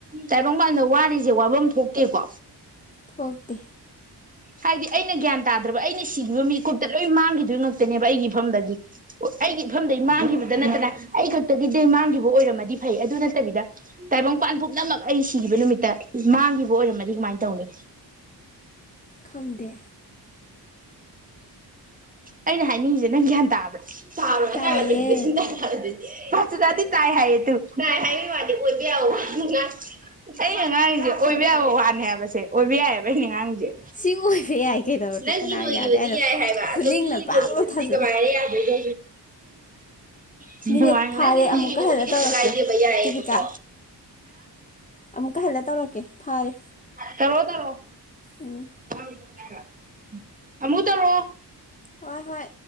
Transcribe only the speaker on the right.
ꯇꯥꯏꯕꯪꯕꯄꯥꯟꯗ ꯋꯥꯔꯤꯖꯦ ꯋꯥꯕꯝ ꯊꯣꯛꯇꯦꯀꯣ꯫
ꯍꯥꯏꯗꯤ ꯑꯩꯅ ꯒ꯭ꯌꯥꯟ ꯇꯥꯗ꯭ꯔꯕ ꯑꯩꯅ ꯁꯤꯈꯤꯕ ꯃꯤꯀꯨꯞꯇ ꯂꯣꯏ ꯃꯥꯡꯈꯤꯗꯣꯏ ꯉꯥꯛꯇꯅꯦꯕ ꯑꯩꯒꯤ ꯏꯐꯝꯗꯒꯤ꯫ ꯑꯩꯒꯤ ꯏꯐꯝꯗꯩ ꯃꯥꯡꯈꯤꯕꯗ ꯅꯠꯇꯅ ꯑꯩ ꯈꯛꯇꯒꯤꯗꯤ ꯃꯥꯡꯈꯤꯕ ꯑꯣꯏꯔꯝꯃꯗꯤ ꯐꯩ ꯑꯗꯨ ꯅꯠꯇꯕꯤꯗ ꯇꯥꯏꯕꯪꯄꯥꯟ ꯄꯨꯝꯅꯃꯛ ꯑꯩ ꯁꯤꯒꯤꯕ ꯅꯨꯃꯤꯠꯇ ꯃꯥꯡꯒꯤꯕ ꯑꯣꯏꯔꯝꯃꯗꯤ ꯀꯃꯥꯏ ꯇꯧꯅꯤ?
ꯑꯩꯅ ꯍꯥꯏꯅꯤꯡꯉꯤꯖꯦ ꯅꯪ ꯒ꯭ꯌꯥꯟ ꯇꯥꯕ꯭ꯔꯥ? <unintelligible>
<unintelligible> ꯗꯤ ꯇꯥꯏ ꯍꯥꯏꯌꯦ ꯇꯨ ꯇꯥꯏ ꯍꯥꯏ ꯃꯥꯗꯤ ꯑꯣꯏꯕ ꯌꯥꯕ ꯋꯥ ꯑꯝ ꯉꯥꯡꯗꯦ꯫ ꯑꯩꯅ ꯉꯥꯡꯉꯤꯖꯦ ꯑꯣꯏꯕ ꯌꯥꯏꯕ ꯋꯥꯅꯤ ꯍꯥꯏꯕꯁꯦ ꯑꯣꯏꯕ ꯌꯥꯏꯑꯕ ꯑꯩꯅ ꯉꯥꯡꯉꯤꯖꯦ
ꯅꯪꯒꯤ
ꯂꯣꯏꯒꯤꯕꯗꯤ
ꯌꯥꯏ ꯍꯥꯏꯕ
ꯑꯗꯨ ꯃꯤꯒꯤ
ꯂꯣꯏꯒꯤꯕꯗꯨꯗꯤ
ꯀꯃꯥꯏꯅ ꯌꯥꯗꯣꯏꯅꯣ ꯁꯤꯅꯦ꯫
ꯅꯪꯒꯤ ꯂꯣꯏꯒꯤꯕꯗꯨꯗꯤ
ꯀꯩꯁꯨ
ꯀꯥꯏꯗꯦꯕ ꯌꯥꯏꯑꯌꯦꯕꯀꯣ
ꯇꯧꯔꯣ ꯇꯧꯔꯣ
<unintelligible> ꯑꯃꯨꯛ ꯇꯧꯔꯣ